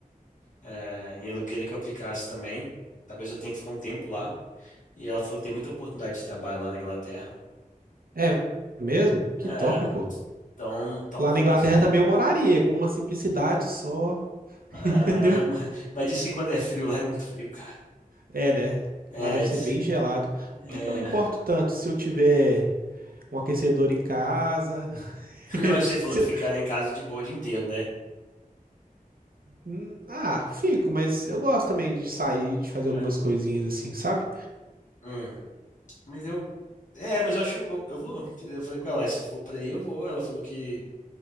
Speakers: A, on the left (about 60°); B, on the right (about 80°).
A: eh, e ela queria que eu aplicasse também. Talvez eu tenha que ficar um tempo lá. E ela falou que tem muita oportunidade de trabalho lá na Inglaterra.
B: É mesmo? Que
A: É,
B: top, pô.
A: Então, talvez.
B: Lá na Inglaterra também eu moraria, com uma simplicidade só, <laughs>
A: Ah,
B: entendeu?
A: <laughs> mas, mas diz que quando é frio lá é muito frio, cara.
B: É, né?
A: É,
B: Lá deve
A: diz-
B: ser bem gelado.
A: é...
B: Até que eu não importo tanto se eu tiver um aquecedor em casa. <laughs>
A: <laughs> Não, mas você falou
B: Se
A: de
B: eu-
A: ficar em casa de boa o dia inteiro, né?
B: Hum, Ah, fico, mas eu gosto também de sair, de fazer
A: É.
B: algumas coisinhas assim, sabe?
A: Hum. Mas eu. É, mas eu acho. Eu, eu vou. Eu falei com ela, "Ah, se for pra aí, eu vou. Ela falou que,